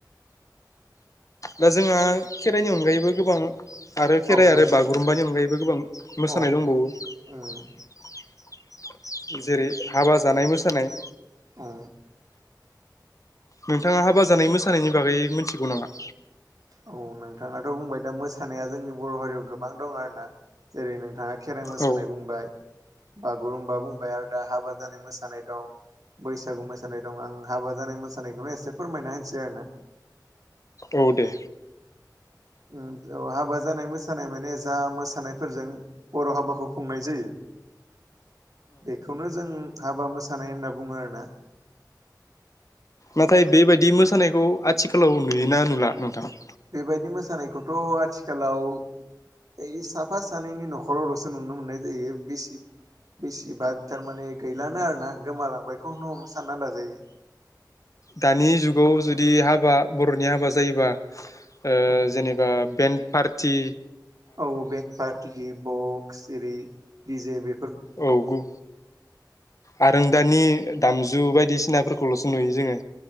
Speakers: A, on the left; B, on the right.
A: दा जोंहा खेराइनि अनगायैबो गोबां आरो खेराइ
B: औ
A: आरो
B: जों
A: बागुरुम्बानि अनगायैबो गोबां मोसानाय
B: औ
A: दंबावो
B: उम
A: जेरै हाबा जानाय मोसानाय
B: औ
A: नोंथाङा हाबा जानाय मोसानायनि बागै मिनथिगौ नामा?
B: औ नोंथाङाथ' बुंबाय दा मोसानाया जोंनि बर' हारियाव गोबां दं आरो ना जेरै नोंथाङा खेराइ मोसानाय
A: औ
B: बुंबाय बागुरुम्बा बुंबाय आरो दा हाबा जानाय मोसानाय दं बैसागु मोसानाय दं आं हाबा जानाय मोसानायखौनो एसे फोरमायना होनसै आरोना
A: औ दे
B: औ बेयाव हाबा जानाय मोसानाय माने जा मोसानायफोरजों बर' हाबाखौ खुंनाय जायो बेखौनो जों हाबा मोसानाय होनना बुङो आरो ना
A: नाथाय बेबायदि मो <unintelligible> <unintelligible> सानायखौ आथिखालाव नुयोना नुला नोंथाङा?
B: बेबायदि मोसानायखौथ' आथिखालाव ओइ साफा सानैनि न'खरावल'सो नुनो मोननाय जायो बेसि बेसिबा थारमाने गैलानो आरोना गोमालांबायखौ सानना लाजायो
A: दानि जुगाव जुदि हाब हाबा बर'नि हाबा जायोबा ओ
B: औ
A: जेनेबा बेन फारथि
B: औ बें फारटि ब खिसिरि एजे बे
A: औ गु आरो दानि दामजु बायदिसिनाफोरखौ खौ ल'सो नुयो जोंङो